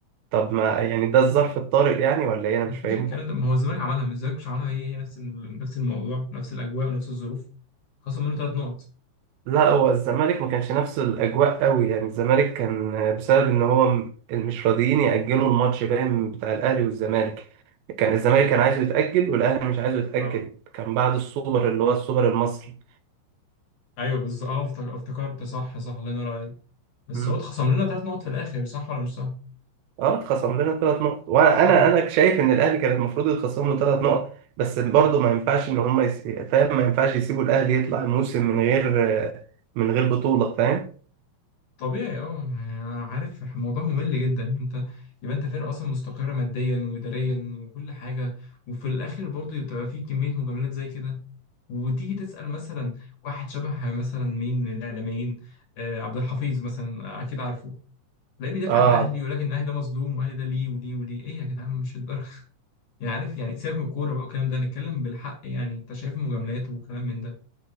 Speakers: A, on the right; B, on the left.
A: طب ما يعني ده الظرف الطارئ يعني ولا إيه أنا
B: مفيش
A: مش فاهمكم
B: الكلام ده ما هو الزمالك عملها ما الزمالك مش عملها هي هي نفس ال- نفس الموضوع نفس الاجواء ونفس الظروف خصم منه ثلاث نقط
A: لا هو الزمالك ما كانش نفس الاجواء قوي يعني الزمالك كان آه، بسبب ان هو م- مش راضيين ياجلوا الماتش باين بتاع الاهلي والزمالك كان الزمالك كان عايزه يتاجل والاهلي مش عايزه يتاجل
B: اه
A: كان بعد السوبر اللي هو السوبر المصري
B: ايوه بالظبط اه افتكر- افتكرت صح صح الله ينور عليك بس
A: مم.
B: هو اتخصم لنا ثلاث نقط في الاخر صح ولا مش صح
A: اه اتخصم لنا ثلاث نقط وانا انا
B: او
A: انا شايف ان الاهلي كان المفروض يتخصم له ثلاث نقط بس برضه ما ينفعش ان هم يس... فاهم ما ينفعش يسيبوا الاهلي يطلع موسم من غير من غير بطوله فاهم
B: طبيعي اه يعني أنا عارف الموضوع ممل جدا انت يبقى انت فرقه اصلا مستقره ماديا واداريا وكل حاجه وفي الاخر برضه بتبقى في كميه مجاملات زي كده وتيجي تسال مثلا واحد شبه مثلا مين من الاعلاميين آه عبد الحفيظ مثلا آه، اكيد عارفه تلاقيه بيدافع
A: اه
B: عن اهلي ولكن اهلي ده مظلوم واهلي ده ليه وليه وليه ايه يا جدعان مش الدرجه <laughs> يعني عارف يعني سيبك من الكوره بقى والكلام ده نتكلم بالحق يعني انت شايف المجاملات وكلام من ده